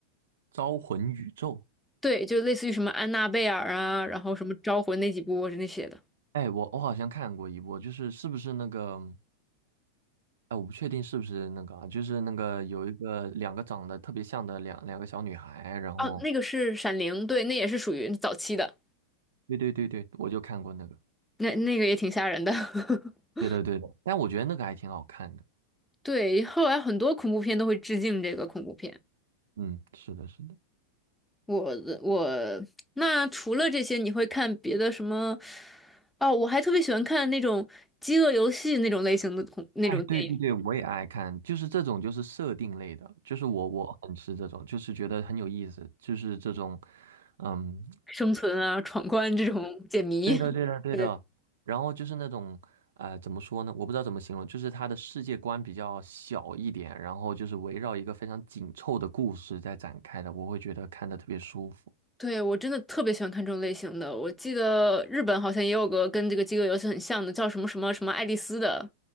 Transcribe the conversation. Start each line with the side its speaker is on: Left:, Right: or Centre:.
Right: 招魂宇宙，
Centre: 对，就类似于什么安娜贝尔啊，然后什么招魂那几部那些的。
Right: 哎，我我好像看过一部，就是是不是那个，哎，我不确定是不是那个啊，就是那个有一个两个长得特别像的两两个小女孩，然后
Centre: 哦，那个是《闪灵》，对，那也是属于早期的，
Right: 对对对对，我就看过那个，
Centre: 那那个也挺吓人的。<laughs>
Right: 对对对，但我觉得那个还挺好看的，
Centre: 对，后来很多恐怖片都会致敬这个恐怖片。
Right: 嗯，是的，是的。
Centre: 我我那除了这些，你会看别的什么？哦，我还特别喜欢看那种饥饿游戏那种类型的恐那种电影，
Right: 哎，对对对，我也爱看，就是这种就是设定类的，就是我我很吃这种，就是觉得很有意思，就是这种，嗯，
Centre: 生存啊、闯关这种解谜。
Right: 对的对的对。
Centre: <laughs> 对。
Right: 然后就是那种，呃，怎么说呢？我不知道怎么形容，就是他的世界观比较小一点，然后就是围绕一个非常紧凑的故事在展开的，我会觉得看的特别舒服。
Centre: 对，我真的特别喜欢看这种类型的。我记得日本好像也有个跟这个饥饿游戏很像的，叫什么什么什么爱丽丝的，